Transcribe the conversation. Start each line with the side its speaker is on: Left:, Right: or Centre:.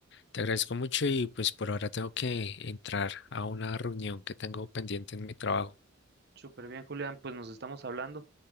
Left: Te agradezco mucho y pues por ahora tengo que entrar a una reunión que tengo pendiente en mi trabajo.
Right: Súper bien, Julián, pues nos estamos hablando.